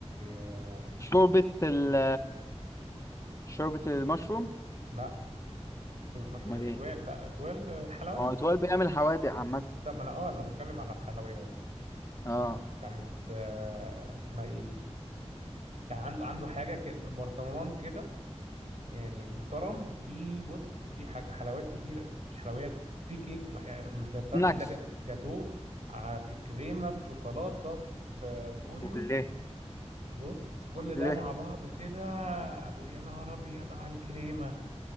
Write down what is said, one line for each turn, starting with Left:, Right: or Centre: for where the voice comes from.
Right: آه،
Left: شوربة ال شوربة المشروم
Right: لا دول مشهم
Left: امال
Right: ايه
Left: ايه
Right: اتوال لا اتوال آه، حلواني
Left: هو اتوال بيعمل حوادق عامة
Right: لا ما انا اه انا بتكلم على الحلويات
Left: اه
Right: كانت آه، اسمها ايه دي كان عنده عنده حاجه كده برطمان كده يعني محترم وفي بص في حاجه حلويات كتير مش حلويات في كيك ما يعني ما تفهمش
Left: نكس
Right: ده جا- جاتوه ع- في كريمه في شوكولاته في آه، في اوريو
Left: وليه
Right: بص كل ده
Left: ليه
Right: مع بعضه كده أبو- يا نهار ابيض على الكريمه